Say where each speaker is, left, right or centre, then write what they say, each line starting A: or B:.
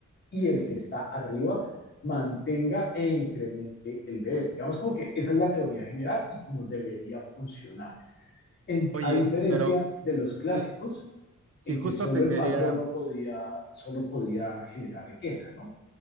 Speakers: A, on the left; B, on the right.
A: y el que está arriba mantenga e incremente el de él. Digamos como que esa es la teoría general y como debería funcionar. En,
B: Oye,
A: a diferencia
B: pero
A: de los clásicos,
B: sí, sí,
A: en
B: justo
A: que solo
B: te
A: el
B: quería
A: patrono podía, solo podía generar riqueza, ¿no?